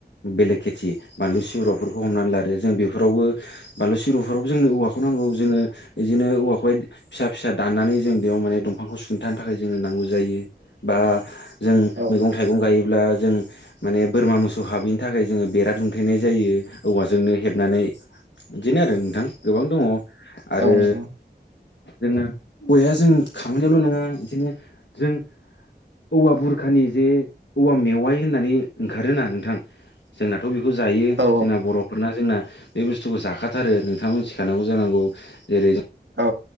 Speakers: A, on the left (about 80°); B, on the right (about 80°).
A: बेलेग खेथि बानलु सिब्र'फोरखौ हमनानै लादो जों बेफोरावबो बानलु सिब्र'फोरावबो जोंनो औवाखौ नांगौ जोङो बिदिनो औवाखौहाय फिसा फिसा दाननानै जों बेयाव माने दंफांखौ सुंथानो थाखाय जोंनो नांगौ जायो बा जों
B: औ
A: मैगं थाइगं गायोब्ला जों माने बोरमा मोसौ हाबैनि थाखाय जोङो बेरा दुमथेनाय जायो। औवाजोंनो हेबनानै बिदिनो आरो नों थां गोबां दङ आरो
B: औ नंगौ
A: जोङो औवाया जों खामानियावल' नङा बिदिनो जों औवा बुर खानि जे औवा मेवाइ होननानै ओंखारोना नोंथां? जोंनाथ' बेखौ जायो
B: औ
A: जोंना बर' फोरना जोंना बे बुस्थुखौ जाखाथारो नोंथाङा मिथिखानांगौ जानांगौ जेरै
B: औ।